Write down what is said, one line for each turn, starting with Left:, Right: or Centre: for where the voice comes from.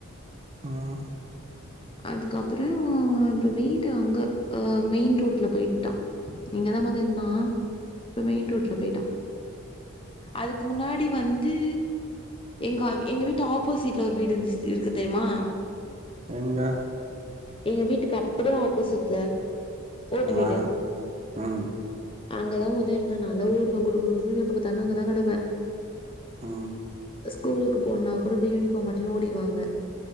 Right: ம்
Left: அதுக்கப்றோ அவ இப்ப வீடு அங்க அ மெயின் ரோட்ல பொய்ட்டா இங்கதா மொத ருந்தா இப்ப மெயின் ரோட்ல போயிட்டா அதுக்கு முன்னாடி வந்து எங்க எங்க வீட்டு ஆப்போஷிட்ல ஒரு வீடு இருந்துச்சு இருக்கு தெரியுமா
Right: எங்க
Left: எங்க வீட்டுக்கு அப்டியே ஆப்போஷீட்ல ஓட்டு
Right: அம்மா
Left: வீடு
Right: ம்
Left: அங்கதா மொத இருந்த நால ஓடுவே குடு குடுன்னு எப்ப பாத்தாலு அங்கதா கடபே
Right: ஆ
Left: ஸ்கூலுக்கு போனா கூட அப்டி யூனிஃபார்ம் மாட்டினு ஓடின்னு வாங்க